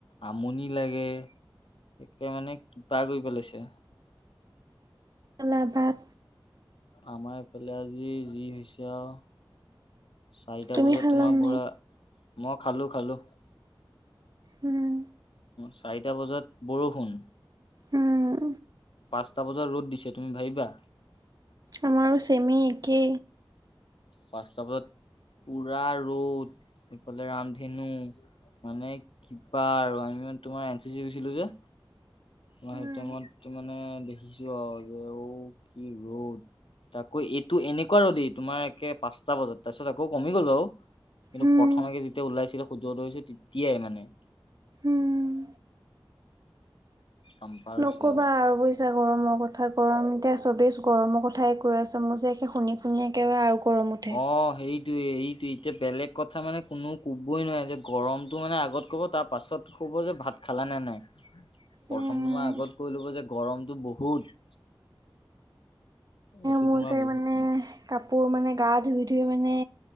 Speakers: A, on the left; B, on the right.
A: আমনি লাগে একে মানে কিবা কৰি পেলাইছে।
B: খালা ভাত?
A: আমাৰ ইফালে আজি যি হৈছে আৰু! চাৰিটা
B: তুমি
A: বজাত
B: খালা
A: তোমাৰ
B: নাই?
A: পুৰা, মই খালোঁ, খালোঁ।
B: উম।
A: চাৰিটা বজাত বৰষুণ।
B: উম।
A: পাঁচটা বজাত ৰ'দ দিছে তুমি ভাবিবা!
B: আমাৰো চেমে একে।
A: পাঁচটা বজত পুৰা ৰ'দ ইফালে ৰামধেনু মানে কিবা আৰু আমি মানে তোমাৰ এন চি চি <unintelligible> যে মই
B: উম
A: সেইটো টাইমত মানে দেখিছোঁ আৰু যে ঔ কি ৰ'দ। তাকো এইটো এনেকুৱা ৰ'দেই তোমাৰ একে পাঁচটা বজাত, তাৰপিছত আকৌ কমি গ'ল বাৰু। কিন্তু
B: উম
A: প্ৰথমেকে যেতিয়া ওলাইছিলে সূৰ্য্য উদয় হৈছিল তেতিয়াই মানে।
B: উম
A: বাম্পাৰ
B: নক'বা
A: হৈছে
B: আৰু বুইছা গৰমৰ কথা, গৰম এতিয়া চবেই গৰমৰ কথাই কৈ আছোঁ। মোৰ যে একে শুনি-শুনি একেবাৰে আৰু গৰম উঠে।
A: অহ, এই এইটো এতিয়া বেলেগ কথা মানে কোনোও ক'বই নোৱাৰে যে গৰমতটো মানে আগত ক'ব তাৰপাছত ক'ব যে ভাত খালা নে নাই। প্ৰথমটো
B: উম
A: মই আগত কৈ ল'ব যে গৰমটো বহুত। এইটো
B: মোৰ
A: তোমাৰ
B: চাই
A: বহুত
B: মানে কাপোৰ মানে গা ধুই-ধুই মানে